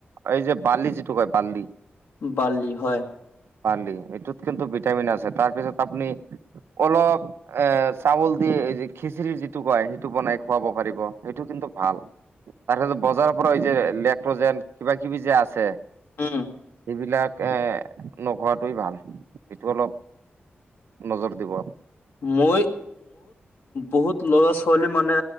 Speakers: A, on the right; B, on the left.
A: এই যে বালি যিটো কয় বাল্লি।
B: বাল্লি, হয়।
A: বালি, এইটোত কিন্তু ভিটামিন আছে, তাৰপিছত আপুনি অলপ এ চাউল দি খিচিৰি যিটো কয়, সেইটো বনাই খুৱাব পাৰিব, সেইটো কিন্তু ভাল, তাৰিছ বজাৰৰ পৰা যে ইলেক্ট্ৰজন কিবা কিবি যে আছে।
B: উম।
A: এইবিলাক এ নোখোৱাটোৱেই ভাল, সেইটো অলপ নজৰ দিব।
B: মই বহুত লৰা ছোৱালী মানে